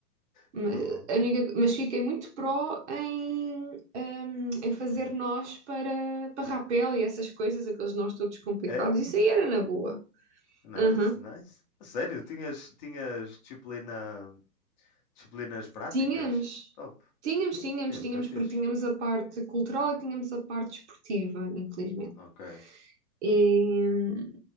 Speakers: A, on the right (about 45°); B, on the left (about 25°).
A: Mas,
B: Muito bom.
A: a única- mas fiquei muito pró em, hum, em fazer
B: Hum.
A: nós para, para rapel e essas coisas, aqueles nós todos complicados.
B: É?
A: Isso aí era na boa.
B: Nice,
A: Aham.
B: nice. A sério, tinhas, tinhas disciplina, disciplinas práticas?
A: Tínhamos,
B: Top.
A: tínhamos, tínhamos,
B: É muito
A: tínhamos,
B: fixe.
A: porque tínhamos a parte cultural e tínhamos a parte esportiva, infelizmente.
B: Ok.
A: E, hum,